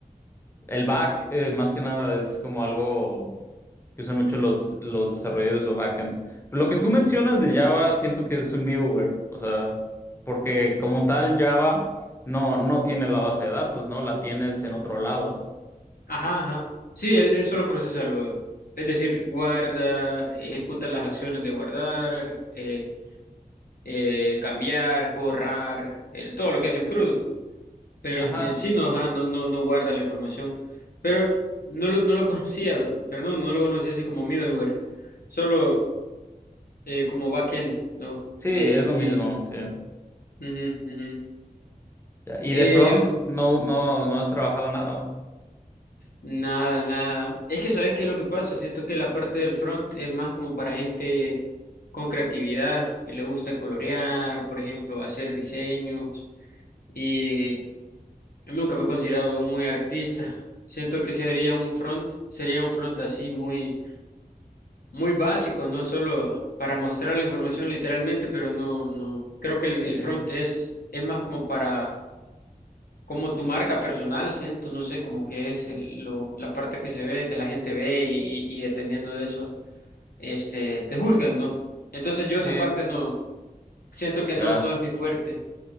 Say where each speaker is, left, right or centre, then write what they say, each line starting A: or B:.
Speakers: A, on the left; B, on the left.
A: el back eh, más que nada es como algo que usan mucho los, los desarrolladores de backend. Lo que tú mencionas
B: Ujú.
A: de Java, siento que es un middleware, o sea, porque como tal Java no, no tiene la base de datos, ¿no? La tienes en otro lado.
B: Ajá, ajá. Sí, él, él solo procesa lo. Es decir, guarda, ejecuta las acciones de guardar, eh, eh, cambiar, borrar, el, todo lo que hace en CRUD. Pero
A: Ajá,
B: en sí no, ajá, no, no, no guarda la información. Pero no lo, no lo <laughs> conocía, perdón, no lo conocía así como middleware, solo eh, como backend, ¿no?
A: sí,
B: Eh,
A: es
B: y
A: lo mismo, sí.
B: ujú, ujú.
A: Ya, Y
B: Eh,
A: de front no, no, no has trabajado nada.
B: nada, nada. Es que ¿sabes qué es lo que pasa? Siento que la parte del front es más como para gente con creatividad, que le gusta colorear, por ejemplo, hacer diseños. Y yo nunca me he considerado muy artista. Siento que sería un front, sería un front así muy muy básico, ¿no? Solo para mostrar la información literalmente, pero no, no, creo que el,
A: Sí,
B: el front es, es más como para, como tu marca personal, siento, no sé, como que es el- lo, la parte que se ve, que la gente ve y, y- y dependiendo de eso, este, te juzgan, ¿no? Entonces yo
A: sí,
B: esa parte no, siento que
A: ya.
B: no, no es mi fuerte.